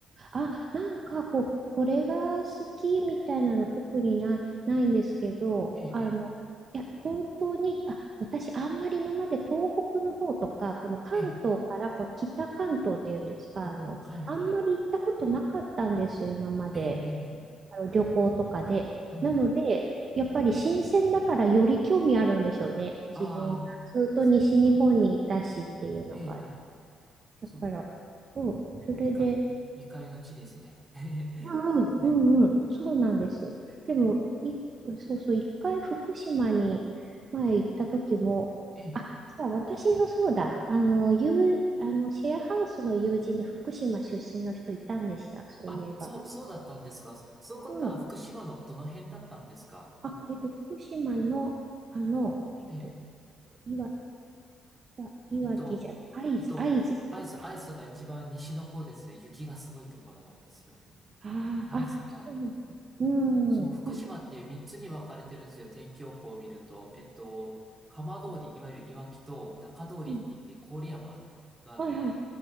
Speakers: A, on the right (about 45°); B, on the right (about 20°).
A: あ、なんかこう、これが好きみたいなの特にない、ないんですけど、
B: ええ、
A: あの、いや、本当に、あ、私あんまり今まで東北の方とか、この関東からこう北関東っていうんですか、
B: ええ、ええ、うんうん、
A: あの、
B: はいはい。
A: あんまり行ったことなかったんです、今まで。
B: ええ、ええ、ええ
A: あの旅行とかで。
B: うんうん。
A: なので、やっぱり新鮮だからより興味あるんでしょうね。自分、
B: ああ、
A: ずっと西日本にいたしっていうのが。
B: そっか。ええ、ええ、
A: だから、
B: そう
A: うん、それで、
B: 未開、未開の地ですね。<laughs>
A: うんうん。
B: ね、
A: うんうん、そうなんです。でも、い、そうそう、一回福島に前行った時も、
B: ええ。
A: あ、じゃあ私のそうだ、あの、友あの、シェアハウスの友人で福島出身の人いたんでした、そういえば。
B: あ、そう、そうだったんですか。その方は福島のどの辺だったんですかあの、
A: うん。あ、えっと、福島の、あの、えっと、
B: ええ、
A: いわ、いわ、いわきじゃない、
B: えっと、えっと、
A: 会津、会津の方か。
B: 会津、会津が一番西の方ですね。雪がすごいところですよね。
A: ああ、
B: 会津か。
A: あ、そうなんだ。う
B: そう、福島って3つに分かれてるんですよ。
A: ん。あ
B: 天気予報を見ると。えっと、浜通り、いわゆるいわきと中通りって言って郡山がある、
A: うんはいはい。